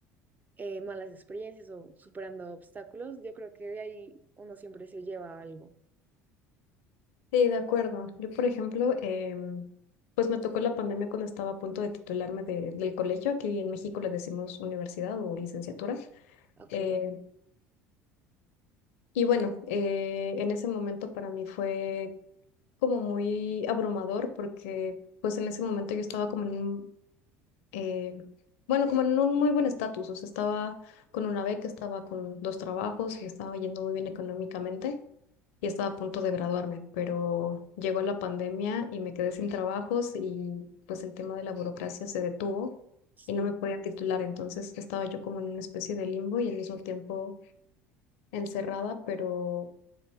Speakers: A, on the right; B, on the left.
A: eh, malas experiencias o superando obstáculos. Yo creo que de ahí uno siempre se lleva algo.
B: Sí, de acuerdo. Yo, por ejemplo, em, pues me tocó la pandemia cuando estaba a punto de titularme de- del colegio. Aquí en México le decimos universidad o licenciatura.
A: Ok,
B: Eh, y bueno, eh, en ese momento para mí fue como muy abrumador porque pues en ese momento yo estaba como en un, eh, bueno, como en un muy buen estatus, o sea, estaba con una beca, estaba con dos trabajos, me estaba yendo muy bien económicamente y estaba a punto de graduarme, pero llegó la pandemia y me quedé sin trabajos y pues el tema de la burocracia se detuvo.
A: sí,
B: Y no me podía titular, entonces estaba yo como en una especie de limbo y al mismo tiempo encerrada, pero